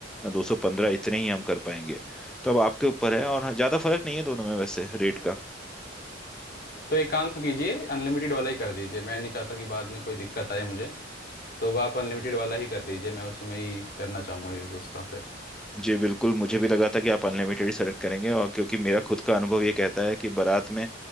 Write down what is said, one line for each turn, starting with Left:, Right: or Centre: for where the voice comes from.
Centre: 215 इतने ही हम कर पाएंगे तो अब आपके ऊपर है और हाँ, ज़्यादा फर्क नहीं है दोनों में वैसे रेट का
Left: तो एक काम कीजिए अनलिमिटेड वाला ही कर दीजिए मैं नहीं चाहता कि बाद में कोई दिक्कत आए मुझे तो आप अनलिमिटेड वाला ही कर दीजिए मैं उसमें ही करना चाहूंगा यूज उसका फिर
Centre: जी बिल्कुल मुझे भी लगा था कि आप अनलिमिटेड सेलेक्ट करेंगे और क्योंकि मेरा खुद का अनुभव ये कहता है कि बारात में